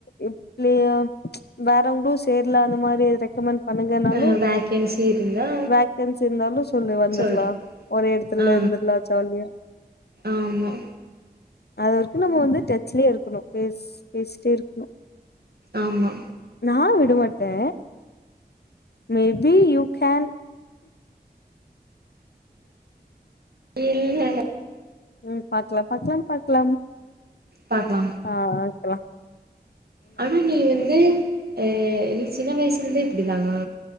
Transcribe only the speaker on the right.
ஆ வேக்கன்சி இருந்தா
சொல்றே
ஆ
ஆமா
ஆமா
இல்லங்க
பாக்கலா
ஆனா நீ வந்து அ நீ சின்ன வயசுல இருந்தே இப்டிதானா